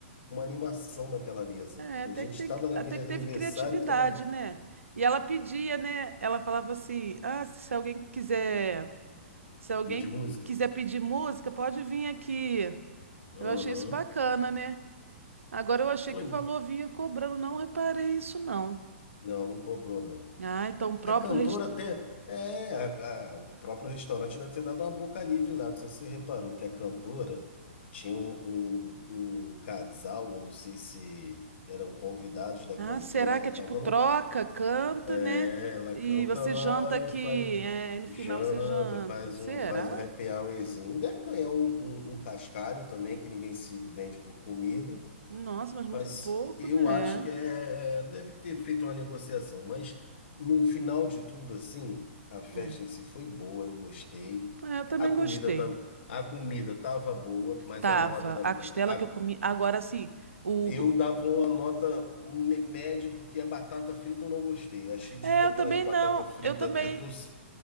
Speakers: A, on the left (about 60°); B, on the right (about 80°).
A: uma animação naquela mesa.
B: É,
A: A
B: até
A: gente
B: que tem,
A: estava naquele
B: até que
A: aniversário
B: teve criatividade,
A: que tava.
B: né? E ela pedia, né? Ela falava assim: "Ah, se alguém quiser, se alguém
A: Pedir música?
B: quiser pedir música, pode vir aqui".
A: Aham.
B: Eu achei isso bacana, né? Agora eu achei
A: Foi.
B: que o valor vinha cobrando, não reparei isso não.
A: Não, não cobrou, não.
B: Ah, então o próprio
A: A cantora
B: rest...
A: até. É, a- a- o próprio restaurante deve ter dado uma boca livre lá. Não sei se você reparou que a cantora tinha um, um, um casal, ou não sei se eram convidados da
B: Ah,
A: cantora.
B: será
A: Ela
B: que é
A: estava
B: tipo troca, canta,
A: É,
B: né?
A: ela
B: E
A: canta
B: você
A: lá
B: janta aqui,
A: e faz
B: é, e no
A: janta,
B: final você janta.
A: faz
B: Será?
A: um, faz um happy hourzinho. Deve ganhar um, um, um cascalho também, que ninguém se vende por comida.
B: Nossa, mas muito
A: Mas
B: pouco,
A: eu
B: né?
A: acho que é, é, deve ter feito uma negociação. Mas no final de tudo, assim, a festa
B: Hum.
A: em si foi boa, eu gostei.
B: É, eu também
A: A comida,
B: gostei.
A: tam, a comida tava boa, mas
B: Tava.
A: a nota da
B: A
A: comida.
B: costela que eu comi. Agora sim. O...
A: Eu dava uma nota me- média porque a batata frita eu não gostei. Achei de
B: É, eu
A: aquela
B: também
A: de batata
B: não.
A: frita
B: Eu também.
A: tentou s-